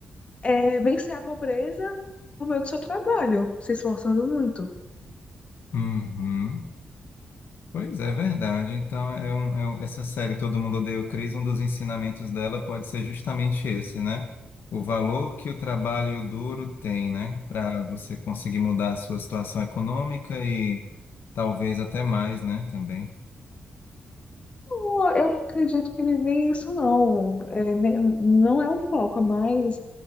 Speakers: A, on the left; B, on the left.
A: é, vencer a pobreza por meio do seu trabalho, se esforçando muito.
B: Uhum. Pois é, verdade. Então, é um, é um- essa série Todo Mundo Odeia o Chris, um dos ensinamentos dela pode ser justamente esse, né? O valor que o trabalho duro tem, né? Para você conseguir mudar a sua situação econômica e talvez até mais, né? Também.
A: Eu eu acredito que nem isso não. É, nem- não é o foco, mas